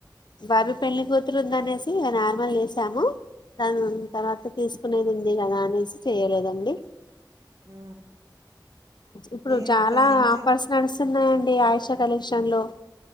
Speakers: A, on the left; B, on the right.
A: బాబు పెళ్లి కూతురు ఉందనేసి ఇ నార్మల్ చేసాము దాని తర్వాత తీసుకునేది ఉ ీ క అనేసి చేయలేదండి
B: ఆ
A: ఇప్పుడు
B: ఎంత
A: చాలా
B: ఎంత
A: ఆఫర్స్ నడుస్తా స్తున్నాయండి ఆయుష కలెక్షన్ లో